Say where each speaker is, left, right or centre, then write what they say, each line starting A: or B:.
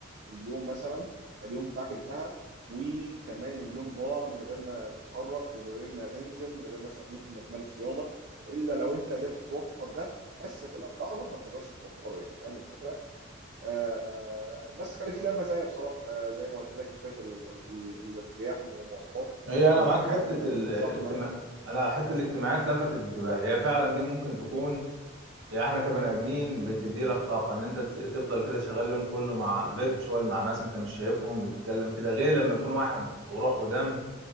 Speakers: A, on the right; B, on the right.
A: اليوم مثلا فاليوم بتاعك انتهى وكمان اليوم ضاع من غير ما تتحرك من غير ما تنزل من غير مثلا ممكن ما تمارس رياضه الا لو انت قدرت توفر ده بس في الاغلب ما بتقدرش توفره يعني فاهم الفكره آه بس كانت لها مزايا بصراحه آه زي ما قلت لك فكره ال ال ال الارتياح من المواصلات
B: هي انا
A: الارتياح
B: معاك حته
A: من
B: الاجتماع
A: الزحمه
B: انا حته الاجتماعات لفتت انتباهي هي فعلا دي ممكن تكون يعني احنا كبني ادمين بتدي لك طاقه ان انت تس- تفضل كده شغال اليوم كله مع فيرتشوال مع ناس انت مش شايفهم بتتكلم كده غير لما يكون واحد وروح ودم